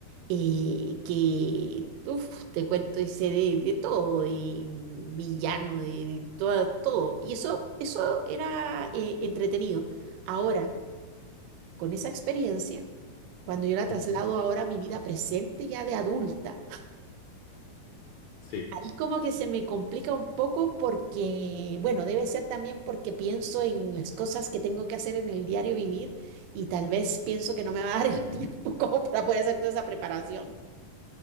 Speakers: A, on the right; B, on the left.
A: eh, que, uf, te cuento, hice de, de todo, y villano, de, de toda- todo. Y eso, eso era eh, entretenido. Ahora, con esa experiencia, cuando yo la traslado
B: ujú,
A: ahora a mi vida presente ya de adulta,
B: Sí.
A: ahí como que se me complica un poco porque, bueno, debe ser también porque pienso en las cosas que tengo que hacer en el diario vivir y tal vez pienso que no me va a dar el
B: ujú.
A: <laughs> tiempo como para poder hacer toda esa preparación.